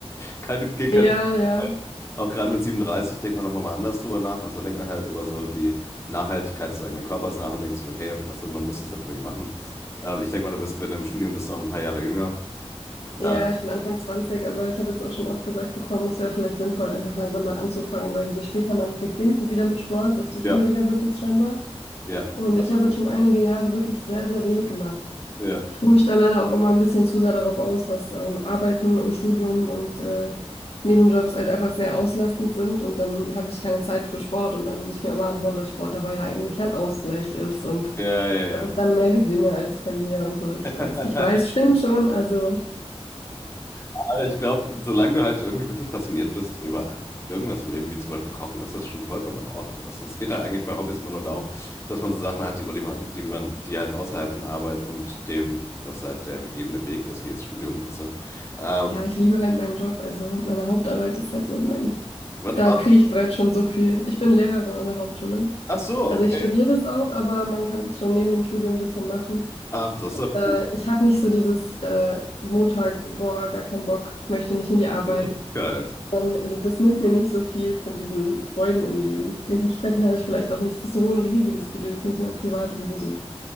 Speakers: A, on the left (about 25°); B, on the left (about 65°).
A: keine, geht
B: ja,
A: kein Weg
B: ja.
A: vorbei. Auch gerade mit 37 denkt man nochmal mal anders drüber nach. Also da denkt man halt über so die Nachhaltigkeit des eigenen Körpers nach und denkt sich, okay, weißt du, man muss das halt unbedingt machen. Ähm, ich denke mal, du bist wenn du im Studium bist noch ein paar Jahre jünger.
B: Ja,
A: Ja,
B: ja, ich bin Anfang 20, aber ich habe jetzt auch schon oft gesagt bekommen, es wäre vielleicht sinnvoll, einfach langsam mal anzufangen, weil je später man beginnt wieder mit Sport, desto schwieriger
A: ja,
B: wird es scheinbar.
A: ja,
B: Und
A: das
B: ich
A: auf
B: habe
A: jeden
B: jetzt schon
A: Fall.
B: einige Jahre wirklich sehr, sehr wenig gemacht.
A: Ja,
B: Ich ruhe mich da leider auch immer ein bisschen zu sehr darauf aus, dass ähm, Arbeiten und Studium und äh, Nebenjobs halt einfach sehr auslastend sind und dann habe ich keine Zeit für Sport und dann muss ich mir immer anhören, dass Sport dabei ja eigentlich ein Ausgleich ist und
A: ja, ja,
B: dass ich dann mehr gewinne als verliere und so. Ich
A: ja.
B: weiß, ich weiß,
A: <laughs>
B: stimmt schon, also.
A: Aber ich glaube, solange du halt irgendwie wirklich passioniert bist über irgendwas im Leben, wie zum Beispiel Kochen, ist das schon vollkommen in Ordnung. Das, es geht da eigentlich bei Hobbys immer nur darum, dass man so Sachen hat, über die man, die man, die halt außerhalb von Arbeit und dem, was halt der gegebene Weg ist, wie jetzt Studium, weißt du. Ähm,
B: Ja, ich liebe halt meinen Job. Also meine Hauptarbeit ist halt so mein,
A: was?
B: da
A: Oh,
B: kriege ich bereits schon so viel. Ich bin Lehrerin an der Hauptschule.
A: ach so,
B: Also
A: okay.
B: ich studiere das auch, aber man kann das schon neben dem Studium ein bisschen machen.
A: Ach, das ist doch
B: Da,
A: cool.
B: ich habe nicht so dieses äh, Montag, boah, gar keinen Bock, ich möchte nicht in die Arbeit.
A: Das ist geil.
B: Sondern, also das nimmt mir nicht so viel von diesen Freuden im Leben. Dementsprechend habe ich vielleicht auch nicht so ein riesiges Bedürfnis, mein Privatleben so